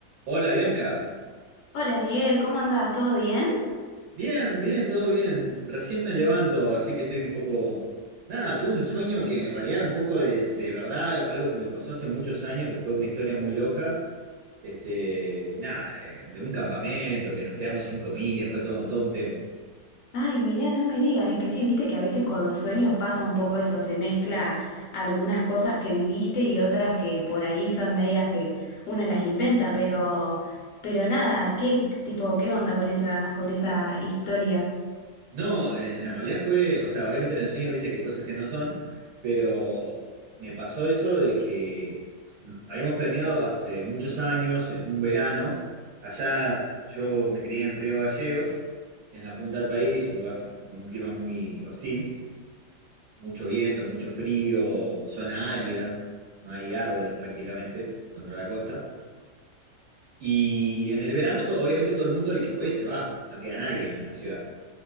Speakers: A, on the right (about 80°); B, on the left (about 70°).
A: Hola Bianca,
B: Hola Miguel, ¿cómo andás? ¿Todo bien?
A: bien, bien, todo bien. Recién me levanto, así que estoy un poco... Nada, tuve un sueño que en realidad era un poco de, de verdad, algo que me pasó hace muchos años, que fue una historia muy loca. Este, nada, de, de un campamento, que nos quedamos sin comida, fue todo, todo un tema.
B: Ay, mirá, no me digas, es que sí, viste que a veces con los sueños pasa un poco eso, se mezcla algunas cosas que viviste y otras que por ahí son medias que uno las inventa, pero, pero nada, ¿qué tipo, qué onda con esa, con esa historia?
A: No, eh, en realidad fue, o sea, obviamente en el sueño viste que hay cosas que no son, pero me pasó eso de que habíamos planeado hace muchos años, en un verano, allá yo me crié en Río Gallegos, en la punta del país, un lugar con un clima muy hostil, mucho viento, mucho frío, zona árida, no hay árboles prácticamente contra la costa. Y en el verano, to- obviamente todo el mundo, el que puede, se va, no queda nadie en la ciudad.